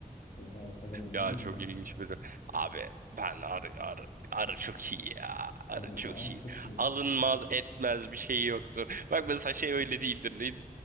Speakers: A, on the left; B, on the right.
A: Oha o kadar oldu
B: Ya
A: mu ya?
B: çok ilginç biri. Abi ben arı arı arı çok iyi ya. Arı
A: Arı,
B: çok
A: Arı çok
B: iyi.
A: iyi.
B: Alınmaz etmez bir şey yoktur. Bak mesela şey öyle değildir. Neydi?